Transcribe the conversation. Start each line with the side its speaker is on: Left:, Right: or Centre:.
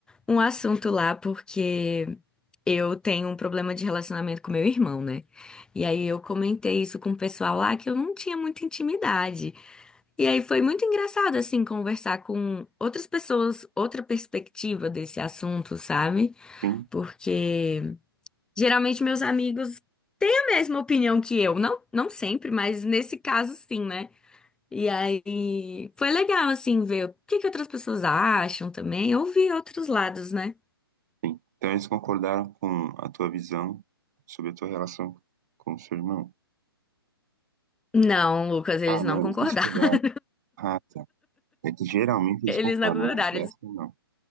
Centre: um assunto lá, porque eu tenho um problema de relacionamento com meu irmão, né? E aí eu comentei isso com o pessoal lá que eu não tinha muita intimidade. E aí foi muito engraçado, assim, conversar com outras pessoas, outra perspectiva desse assunto, sabe?
Right: Sim.
Centre: Porque geralmente meus amigos têm a mesma opinião que eu. Não, não sempre, mas nesse caso sim, né? E aí foi legal, assim, ver o que que outras pessoas acham também. Ouvir outros lados, né?
Right: Sim. Então eles concordaram com a tua visão sobre a tua relação com o seu irmão.
Centre: Não, Lucas, eles
Right: Ah, não,
Centre: não concordaram.
Right: eles discordaram.
Centre: <laughs>
Right: Ah, tá. É que geralmente eles
Centre: Eles
Right: concordam,
Centre: não concordaram.
Right: mas dessa
Centre: Eles...
Right: não.